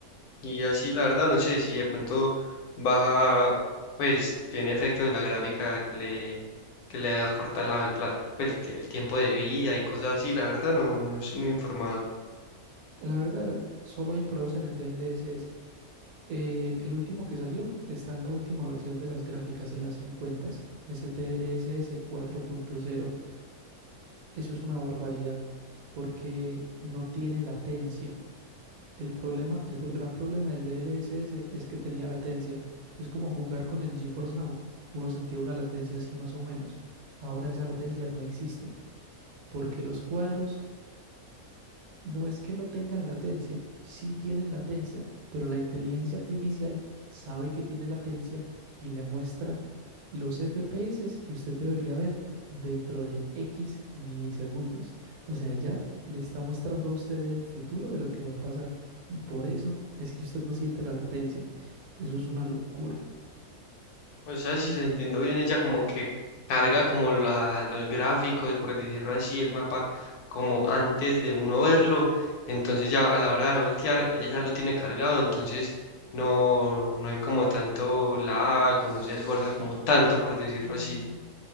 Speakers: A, on the left; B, on the right.
A: y así, la verdad, no sé si de pronto baja, pues tiene efecto en la gráfica que le, que le acorta la, el, pla- el tie- el tiempo de vida y cosas así, la verdad, no, no estoy muy informado.
B: La verdad, solo hay pros en el DLSS. El, el último que salió está en la última versión de las gráficas, en las 50. Es el DLSS 4.0. Eso es una barbaridad porque no tiene latencia. El problema, el pro- gran problema del DLSS es que tenía latencia. Es como jugar con el GeForce Now. Uno sentía una latencia así más o menos. Ahora esa latencia no existe porque los cuadros No es que no tengan latencia, sí tienen latencia, pero la inteligencia artificial sabe que tiene latencia y le muestra los FPS que usted debería ver dentro de X milisegundos. O sea, ya le está mostrando a usted el futuro de lo que va a pasar y por eso es que usted no siente la latencia. Eso es una locura.
A: O sea, si la entiendo bien, ella como que carga como la, los gráficos, por decirlo así, el mapa como antes de uno verlo. Entonces ya a la hora de voltear, ella ya lo tiene cargado, entonces no, no hay como tanto lag
B: S-
A: o no se esfuerza como tanto, por decirlo
B: Mm,
A: así.